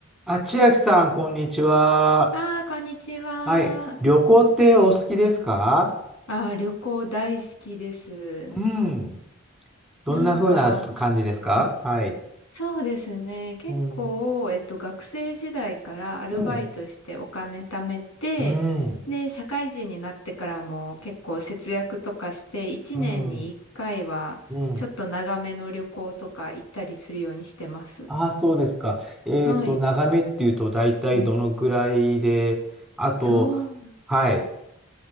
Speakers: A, in the centre; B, on the left.
A: あ、千秋さん、こんにちは。
B: ああ、こんにちは。
A: はい。旅行ってお好きですか
B: ああ、旅行大好きです。
A: うん。どんな風な感じですかはい。
B: なんか、うんそうですね。結構、
A: うん。
B: えっと、学生時代からアルバイトしてお金貯めて、
A: うん。うん。
B: で、社会人になってからも結構節約とかして、1年に1回は、
A: うん。うん。
B: ちょっと長めの旅行とか行ったりするようにしてます。
A: ああ、そうですか。えっと、
B: はい。
A: 眺めっていうと、大体どのくらいで、
B: うん
A: あと、
B: そう。
A: はい。